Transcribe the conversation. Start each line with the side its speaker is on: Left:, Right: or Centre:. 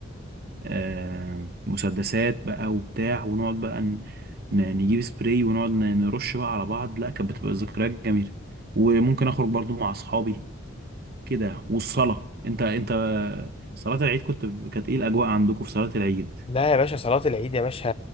Right: آه، مسدسات بقى وبتاع ونقعد بقى ن- ن- نجيب سبراي ونقعد ن- نرش بقى على بعض لا كانت بتبقى ذكريات جميلة وممكن اخرج برضو مع اصحابي كده والصلاة انت انت صلاة العيد كنت كانت ايه الاجواء عندكم في صلاة العيد
Left: لا يا باشا صلاة العيد يا باشا